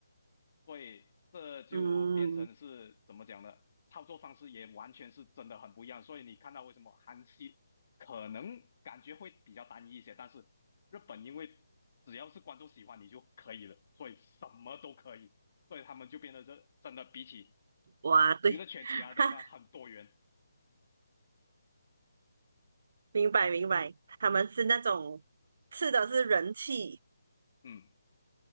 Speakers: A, on the left; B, on the right.
A: 所以这就变成是怎么讲呢？
B: 嗯，
A: 操作方式也完全是真的很不一样。所以你看到为什么韩系可能感觉会比较单一一些，但是日本因为只要是观众喜欢你就可以了，所以什么都可以，所以他们就变得这真的比起
B: 哇，
A: 娱乐圈其他的地方很多元。
B: 对，<laughs> 哈，明白明白，他们是那种吃的是人气。
A: 嗯，